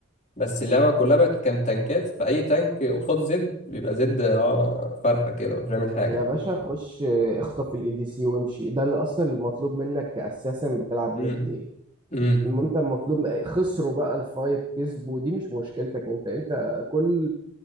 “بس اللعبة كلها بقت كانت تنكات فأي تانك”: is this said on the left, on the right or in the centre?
Left